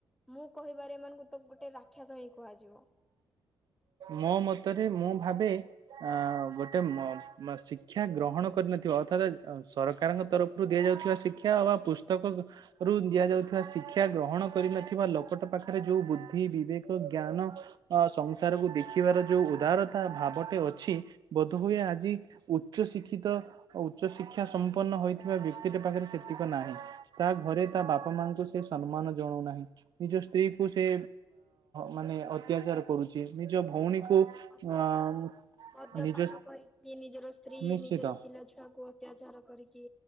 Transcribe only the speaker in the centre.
ମୁଁ କହିବାରେ ଏମାନଙ୍କୁ ତ ଗୋଟେ ରାକ୍ଷସ ହିଁ କୁହାଯିବ।
ଅତ୍ୟାଚାର
ମଦ୍ୟପାନ
କରିକି ନିଜର ସ୍ତ୍ରୀ
ନିଜର ପିଲାଛୁଆକୁ ଅତ୍ୟାଚାର କରିକି